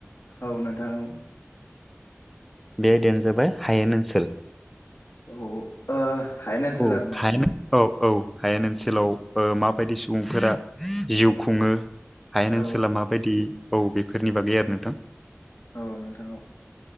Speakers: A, on the left (about 65°); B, in the centre.
A: औ नोंथां औ।
B: बे आयदानो जाबाय हायेन ओनसोल
A: औ ओ हायेन ओनसोल
B: औ
A: आरोना
B: हायेन। औ औ हायेन ओनसोलाव ओ माबायदि सुबुंफोरा जिउ खुंङो? हायेन
A: औ
B: ओनसोला माबायदि औ बेफोरनि बागै आरो नोंथां।
A: औ नोंथां औ